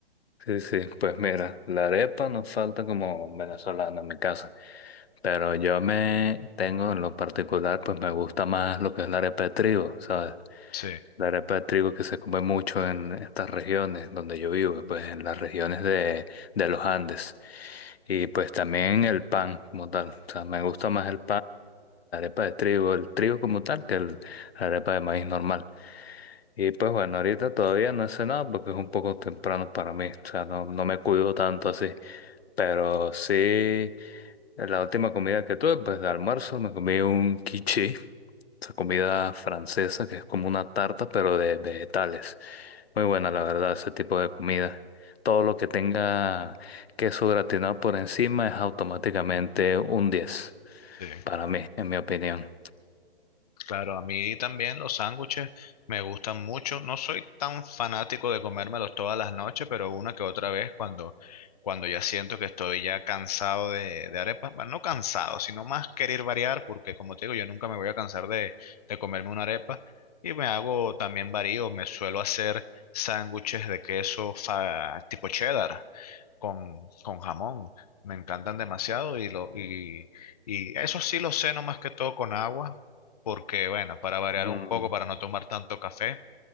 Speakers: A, on the left; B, on the left.
A: Sí, sí, pues mira, la arepa nos falta como venezolana en mi casa, pero yo me tengo en lo particular, pues me gusta más lo que, ¿sabes?
B: Sí,
A: La arepa mucho en estas regiones donde yo vivo, pues en las regiones de, de los Andes, y pues el pan como tal, ¿sabes? El pan de trigo, el trigo como tal, que el, la arepa de maíz normal. Y pues bueno, ahorita todavía no he cenado porque es un poco temprano para mí, o sea, no, no me cuido tanto así, pero sí. La última comida que tuve, pues de almuerzo, me comí un quiche, esa comida francesa que es como una tarta, pero de vegetales. Muy buena, la verdad, ese tipo de comida. Todo lo que tenga queso gratinado por encima es automáticamente un 10
B: sí.
A: para mí, en mi opinión.
B: Claro, a mí también los sándwiches me gustan mucho. No soy tan fanático de comérmelos todas las noches, pero una que otra vez cuando, cuando ya siento que estoy ya cansado de, de arepas, bueno, no cansado, sino más querer variar, porque como te digo, yo nunca me voy a cansar de, de comerme una arepa. Y me hago también varío, me suelo hacer sándwiches de queso fa- tipo cheddar con, con jamón. Me encantan demasiado y, lo, y, y eso sí lo ceno más que todo con agua, porque bueno, para variar
A: Mm.
B: un poco, para no tomar tanto café,